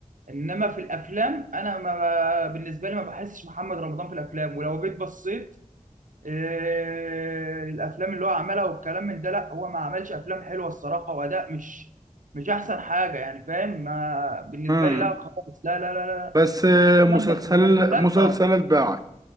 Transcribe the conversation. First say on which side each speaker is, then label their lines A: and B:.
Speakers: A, on the right; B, on the right.
A: انما في الافلام انا ما بالنسبه لي ما بحسش محمد رمضان في الافلام ولو جيت بصيت آه، الافلام اللي هو عملها والكلام من ده لا هو ما عملش افلام حلوه الصراحه واداء مش مش احسن حاجه يعني فاهم ما بالنسبه
B: امم
A: لي لا خالص لا لا لا لا
B: بس آه،
A: افلام
B: مسلسل
A: لا. مسلسلات
B: مسلسلات
A: اه
B: باع